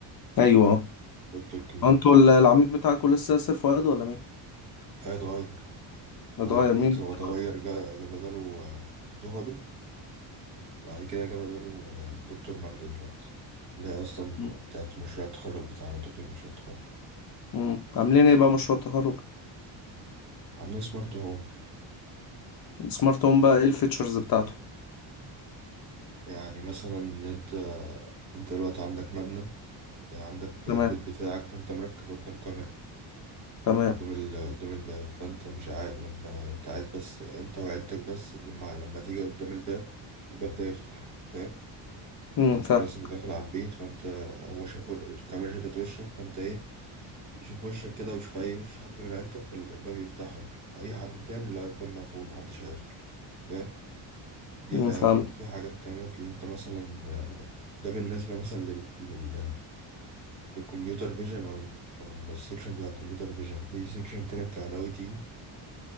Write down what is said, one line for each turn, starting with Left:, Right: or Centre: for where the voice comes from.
Left: ايوه
Right: دكتور كبير
Left: انتوا ال- العميد بتاعكوا لسه ياسر فؤاد ولا مين
Right: هيتغير
Left: متغير
Right: غير دلوقتي
Left: مين
Right: هو
Left: دلوقتي
Right: اتغير جا جا بداله آه، الذهبي بعد كده جه بداله آه، دكتور ماجدة دلوقتي اللي هي أصلا
Left: مم.
Right: بتاعت مشروع التخرج بتاعنا دكتور مشروع التخرج
Left: مم. عاملين ايه بقى مشروع التخرج
Right: عاملين سمارت هوم
Left: السمارت هوم بقى ايه الفيتشرز بتاعته
Right: يعني مثلا اللي أنت أنت دلوقتي عندك مبنى عندك
Left: تمام
Right: البيت بتاعك فأنت مركب قدام كاميرا
Left: تمام
Right: قدام ال... قدام الباب فأنت مش عايز لما أنت عايز بس أنت وعيلتك بس لما لما تيجي قدام الباب الباب ده يفتح فاهم؟
Left: امم
Right: اللي أنت
Left: فاهم
Right: خلاص أنت داخل على البيت فأنت هو شاف و- الكاميرا شافت وشك فأنت إيه يشوف وشك كده ويشوف أي وش حد من عيلتك فالباب يفتح لك أي حد تاني لا الباب مقفول محدش هيدخل فاهم دي
Left: امم
Right: حاجة
Left: فهمت
Right: وفي حاجات تانية اللي أنت مثلا آه، ده بالنسبة مثلا لل... لل... للكمبيوتر فيجن أو ال- أو السيكشن بتاع الكمبيوتر فيجن في سيكشن تاني بتاع الأي تي